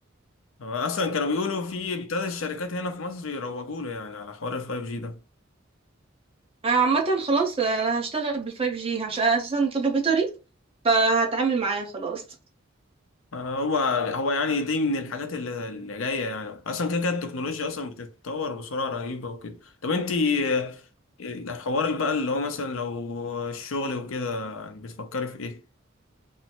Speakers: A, on the left; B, on the right.
A: هو اصلا كانوا بيقولوا في ابتدى الشركات هنا في مصر يروجوا له يعني على حوار الفايف جي ده
B: انا عامه خلاص آه، انا هشتغل بالفايف جي عشان أنا اساسا طب بيطري فهتعامل معاه خلاص
A: آه، هو هو يعني دي من الحاجات اللي, اللي جايه يعني اصلا كده كده التكنولوجيا اصلا بتتطور بسرعه رهيبه وكده طب انت آه، الحوار بقى اللي هو مثلا لو الشغل وكده يعني بتفكري في ايه